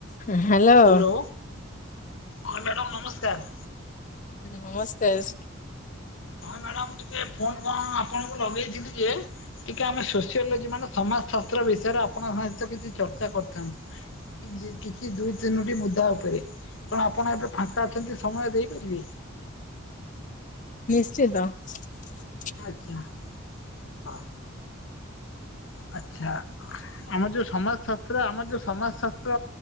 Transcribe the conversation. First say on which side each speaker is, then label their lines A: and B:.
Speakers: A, on the left; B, on the left.
A: ହୁଁ hello.
B: Hello ହଁ, madam ନମସ୍କାର।
A: ନମସ୍କାର
B: ହଁ ମ୍ୟାଡାମ ଟିକେ ଫୋନ କଣ ଆପଣଙ୍କୁ ଲଗେଇଥିଲି ଯେ, ଟିକେ ଆମେ ସୋସିଓଲୋଜି ମାନେ ସମାଜ ଶାସ୍ତ୍ର ବିଷୟରେ ଆପଣଙ୍କ ସହିତ କିଛି ଚର୍ଚ୍ଚା କରିଥାନ୍ତୁ କିଛି ଦୁଇ ତିନୋଟି ମୁଦା ଉପରେ। କଣ ଆପଣ ଏବେ ଫାଙ୍କା ଅଛନ୍ତି ସମୟ ଦେଇପାରିବେ?
A: <inaudible>
B: ଆଜ୍ଞା, ହଁ ଅ ଆଚ୍ଛା। ଆମର ଯୋଉ ସମାଜ ଶାସ୍ତ୍ର ଆମର ଯୋଉ ସମାଜ ଶାସ୍ତ୍ର